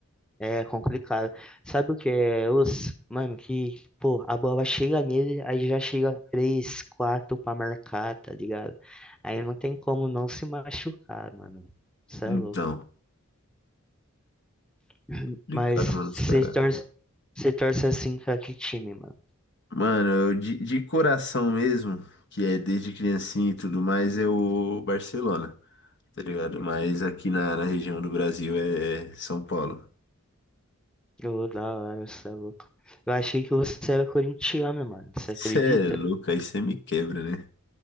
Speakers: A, in the centre; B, on the left (about 55°).
A: é complicado. Sabe o que é os. Mano, que, pô, a bola chega nele, aí já chega três, quatro pra marcar, tá ligado? Aí não tem como não se machucar, mano. Isso
B: Então,
A: é louco. <laughs>
B: complicado,
A: Mas
B: mano, os
A: você
B: caras.
A: torce, você torce assim pra que time, mano?
B: Mano, eu de, de coração mesmo, que é desde criancinha e tudo mais, é o Barcelona, tá ligado? Mas aqui na, na região do Brasil é São Paulo.
A: Ô, da hora, você é louco. Eu achei que você era corintiano, mano. Você acredita?
B: Cê é louco, aí você me quebra, né?